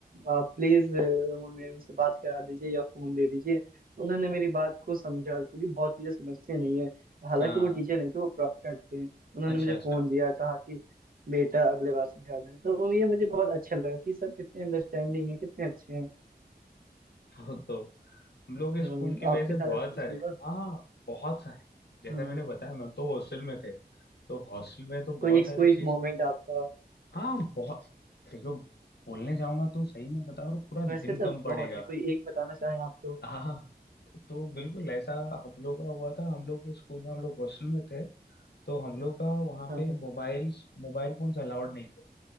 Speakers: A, on the right; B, on the left.
A: आप प्लीज उनसे बात करा दीजिए या फोन दे दीजिए उन्होंने मेरी बात को समझा क्योंकि बहुत चीजें समझते नहीं है हालांकि
B: हाँ
A: वो टीचर नहीं थे वो प्रॉक्टर थे उन्होंने
B: अच्छा
A: मुझे
B: अच्छा
A: फोन दिया कहा कि बेटा अगले बार से ध्यान रहे तो ये मुझे बहुत अच्छा लगा कि सर कितने अंडरस्टैंडिंग है कितने अच्छे हैं
B: वो तो हम लोग
A: हम्म,
B: स्कूल के भी
A: आपके
B: ऐसे
A: साथ
B: बहुत
A: ऐसा
B: सारे
A: कुछ हुआ
B: हाँ हाँ, बहुत सारे जैसा
A: हाँ
B: मैंने बताया मैम तो हॉस्टल में थे तो हॉस्टल में तो बहुत
A: कोई एक
B: सारी
A: कोई
B: चीज
A: मोमेंट आपका
B: हाँ बहुत देखो बोलने जाऊंगा तो सही में बताओ पूरा
A: वैसे
B: दिन कम
A: तो
B: पड़ेगा
A: बहुत है कोई एक बताना चाहें आप तो
B: हाँ हाँ। तो बिल्कुल ऐसा हम लोग का हुआ था हम लोग के स्कूल में हम लोग हॉस्टल में थे तो हम लोग का वहाँ
A: हाँ
B: पे
A: हाँ
B: मोबाइल्स मोबाइल फोन्स अलाउड नहीं थे